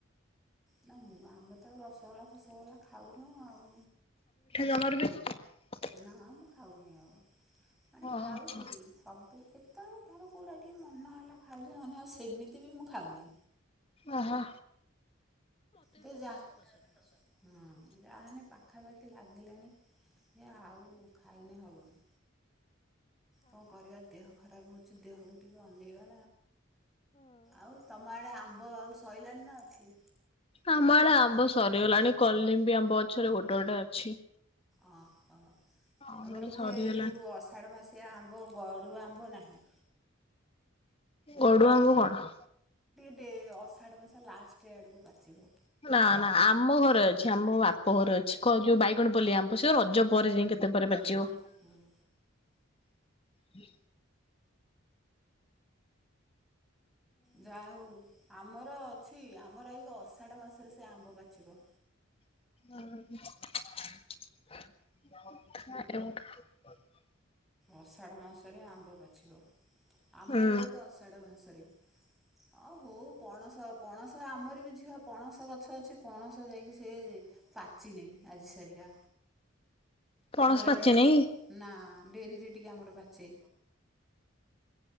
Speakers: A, in the centre; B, on the left.
A: ନା ମୁଁ ଆମେ ତ ଆଉ ରସଗୋଲା ଫସଗୋଲା ଖାଉନୁ ଆଉ
B: ତମର ବି <unintelligible>
A: ନା ମୁଁ ଖାଉନି ଆଉ ମାନେ
B: ହଁ
A: ଖାଉଛି ସବୁ କେତେଳେ ଧର କୋଉଟା ଟିକେ ମନ ହେଲା ଖାଉଛି ମେ ଆଉ ସେମିତି ବି ମୁଁ ଖାଉନି।
B: ଆ ହା।
A: ଦେ ଯା ହଁ ଯାହାାନେ ପାଖାପାଖି ଲାଗିଲାଣି। ଆଉ ଖାଇନେ ହବନି। କଣ କରିବା ଦେହ ଖରାପ ହଉଛି ଦେହକୁ ଟିକେ ଅନେଇବା। ଆଉ ତମ ଆଡେ ଆମ୍ବ ଆଉ ସଇଲାଣିି ନା ଅଛି?
B: ଆମ ଆଡେ ଆମ୍ବ ସରିଗଲାଣି କଲଲିମ୍ବି ଆମ୍ବ ପଛରେ ଗୋଟେ ଗୋଟେ ଅଛି।
A: ଓହୋ
B: ଆଉ
A: ତମର
B: ନହେଲେ
A: ବୋଧେ
B: ସରିଗଲାଣି
A: ଏ ଯେଉ ଅଷାଢମାସିଆ ଆମ୍ବ ଗଡ଼ୁ ଆମ୍ବ ନାହିଁ।
B: ଗଡୁ ଆମ ବଡ଼
A: ଗୋଟେ ଅଷାଢ଼ ମାସ ଲାଷ୍ଟ ଆଡ଼କୁ ପାଚିବ
B: ନା ନା ଆମ ଘରେ ଅଛି ଆମ ବାପ ଘରେ ଅଛି କ ଯୋଉ ବାଇଗଣ ପଲେଇ ଆମ୍ୱ ସେ ରଜ ପରେ ଯାଇ କେତେ ପରେ ପାଚିବ
A: ଉଁ ହୁଁ। ଯା ହଉ ଆମର ଅଛି ଆମର ଏଇ ଅଷାଢ ମାସରେ ସେ ଆମ୍ବ ପାଚିବ
B: <unintelligible>
A: ଅଷାଢ଼ ମାସରେ ଆମ୍ବ ବାଛିବ ଆମର
B: ହୁଁ
A: ଏକ ଅଷାଢ ମାସରେ ଅ ହଉ ପଣସ ପଣସ ଆମର ବି ଝିଅ ପଣସ ଗଛ ଅଛି ପଣସ ଯାଇକି ସେ ପାଚି ନି ଆଜି ସରିଗା
B: ପଣସ
A: ଆମର
B: ପାଚିନି
A: ହେ ନା ଡେରିରେ ଟିକେ ଆମର ବାଛେ